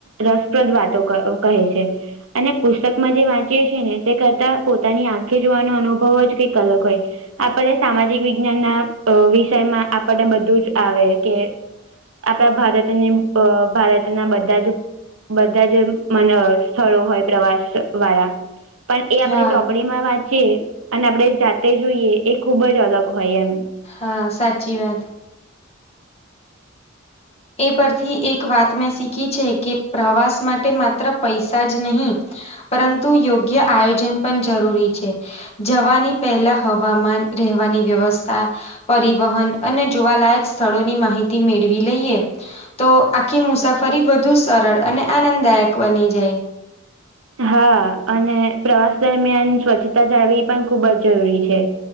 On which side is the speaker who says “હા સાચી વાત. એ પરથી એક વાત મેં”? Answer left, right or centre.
Left